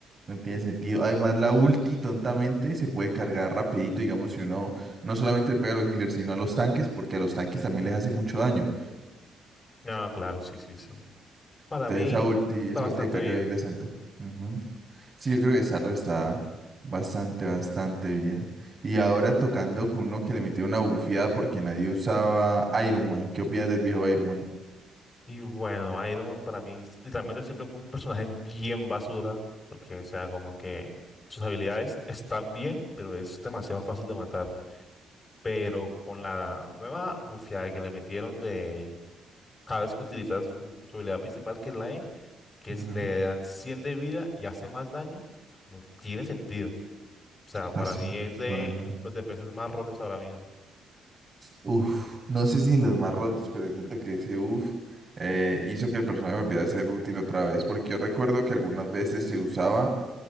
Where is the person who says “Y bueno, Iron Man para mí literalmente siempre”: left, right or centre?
Left